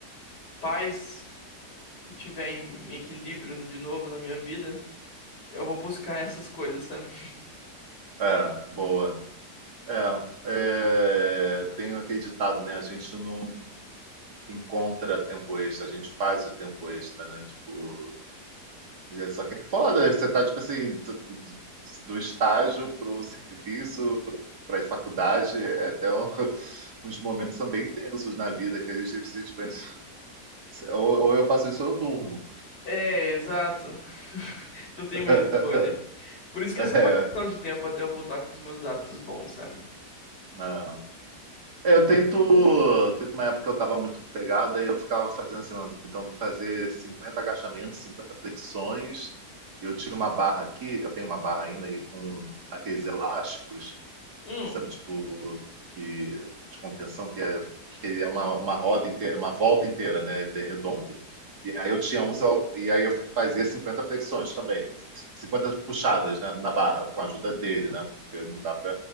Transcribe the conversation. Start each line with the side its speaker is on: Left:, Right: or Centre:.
Left: paz e tiver em, em equilíbrio de novo na minha vida, eu vou buscar essas coisas, sabe?
Right: É, boa. É, é, tem aquele ditado, né? A gente não encontra tempo extra, a gente faz o tempo extra, né? Tipo, e é só que é foda, você tá, tipo assim, do, do, do do estágio pro serviço, pro, pra faculdade, é até um- <laughs> uns momentos são bem tensos na vida, que a gente simplesmente... pensa, Ou, ou eu faço isso ou eu durmo.
Left: É, exato. <laughs> Não tem
Right: <laughs>
Left: muita escolha. Por isso que
Right: É,
Left: é só uma questão de tempo até eu voltar com os meus hábitos bons, sabe?
Right: não. É, Eu tento. Teve uma época que eu tava muito pegado, aí eu ficava fazendo assim, "Não, então vou fazer 50 agachamentos, 50 flexões. Eu tinha uma barra aqui, eu tenho uma barra ainda aí com aqueles elásticos,
Left: Hum,
Right: sabe, tipo, que, de contenção, que é, que é uma, uma roda inteira, uma volta inteira, né? Ele é redondo. E aí eu tinha uns, al- e aí eu fazia 50 flexões também, 50 puxadas, né, na barra, com a ajuda dele, né? Porque não dá